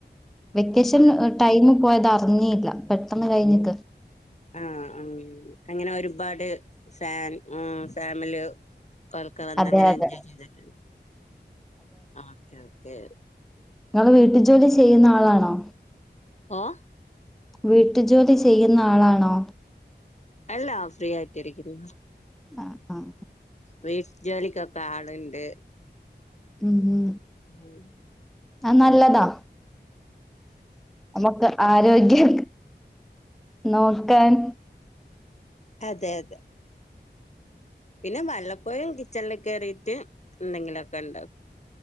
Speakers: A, in the centre; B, on the left.
A: വെക്കേഷൻ
B: അതെ
A: ടൈമ പോയത് അറിഞ്ഞയില്ല പെട്ടെന്ന് കഴിഞ്ഞിട്ട്
B: ആ ഉ അങ്ങനെ ഒരുപാട് ഫാൻ ഫാമില് കൊക്ക വന്ന്
A: അതെ
B: അങ്ങനെ
A: അതെ
B: എൻജോയ് ചെയ്തിട്ട ഓ ഓെ
A: നിങ്ങള്െ വീട്ടു ജോലി ചെയ്യുന്ന ആളാണോ
B: ആഏ
A: വീട്ടു ജോലി ചെയ്യുന്ന ആളാണോ
B: അല്ലാ ഫ്രീ ആയിട്ടരിക്കുന്ന
A: ആഹ് ആഹ്
B: വീട്ട ജോലിക്കൊക്കെ ആളണ്ട്
A: ഉം ഉം
B: ഉം
A: ആ നല്ലതാ നമുക്ക് ആരോഗ്യം നോക്കാൻ
B: അതെ അതെ പിന്നെ വല്ലപ്പോഴും കിച്ചണില് കയറിീട്ട് എന്തെങ്കിലുമൊക്കെ ഉണ്ട